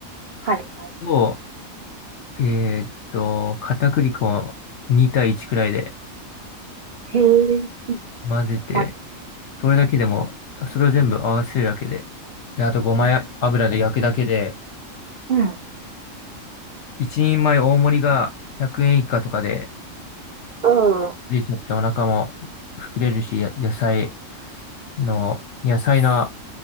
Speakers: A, on the right (about 55°); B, on the left (about 60°).
A: はいはい。
B: を、えーっと、片栗粉2対1くらいで
A: へえ。
B: 混ぜて、
A: 混ぜて。
B: それだけでも、
A: うん。
B: それを全部合わせるだけで、で、あとごまや油で焼くだけで、
A: うん。う
B: 一人前大盛りが100円以下とかで
A: ん。うん
B: 出ちゃってお腹も膨れるし、や野菜の、野菜の、